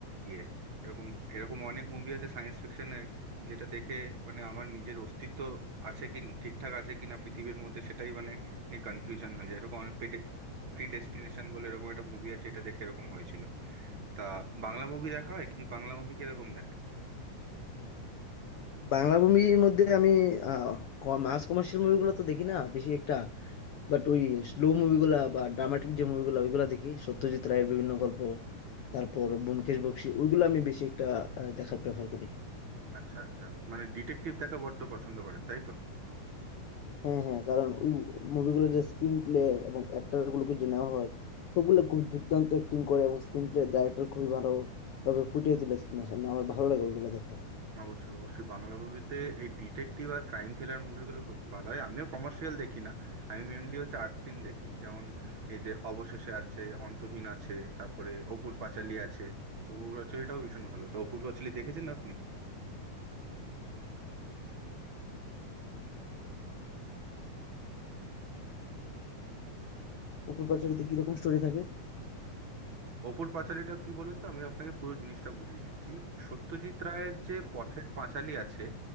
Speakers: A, on the right; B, on the left.
A: ইয়ে এরকম এরকম অনেক মুভি আছে সায়েন্স ফিকশনের যেটা দেখে মানে আমার নিজের অস্তিত্ব আছে কি ঠিকঠাক আছে কিনা পৃথিবীর মধ্যে সেটাই মানে নিয়ে কনফিউশন হয়ে যায় এরকম অনেক প্রিডেস্টিনেশন বলে এরকম একটা মুভি আছে এটা দেখে এরকম হয়েছিল তা বাংলা মুভি দেখা হয় কি বাংলা মুভি কিরকম দেখেন
B: বাংলা মুভির মধ্যে আমি আহ, ক- মাস কমার্শিয়াল মুভিগুলো তো দেখি না বেশি একটা বাট ওই স্লো মুভিগুলা বা ড্রামাটিক যে মুভিগুলো ওইগুলা দেখি সত্যজিৎ রায়ের বিভিন্ন গল্প তারপর ব্যোমকেশ বক্সী ওইগুলো আমি বেশি একটা আহ, দেখার প্রেফার করি
A: আচ্ছা আচ্ছা মানে ডিটেকটিভ দেখা বড্ড পছন্দ করেন তাই তো
B: হ্যাঁ হ্যাঁ কারণ ওই মুভিগুলোর যে স্ক্রিন প্লে এবং অ্যাক্টর গুলোকে যে নেওয়া হয় সবগুলো খুব দুর্দান্ত অ্যাক্টিং করে এবং স্ক্রিন প্লে ডাইরেক্টর খুবই ভালো ভাবে ফুটিয়ে তোলে স্ক্রিনের সামনে আমার ভালো লাগে ওইগুলো দেখা
A: অবশ্যই অবশ্যই বাংলা মুভিতে এই ডিটেকটিভ আর ক্রাইম থ্রিলার মুভিগুলো খুব ভালো হয় আমিও কমার্শিয়াল দেখি না আমি মেনলি হচ্ছে আর্ট ফিল্ম দেখি যেমন এই যে অবশেষে আছে অন্তহীন আছে তারপরে অপুর পাঁচালী আছে অপুর পাঁচালীটাও ভীষণ ভালো তো অপুর পাঁচালী দেখেছেন আপনি
B: উপর পার্শ্ববর্তীতে কিরকম স্টোরি থাকে
A: অপুর পাঁচালীটা কি বলুন তো আমি আপনাকে পুরো জিনিসটা বুঝিয়ে দিচ্ছি সত্যজিৎ রায়ের যে পথের পাঁচালী আছে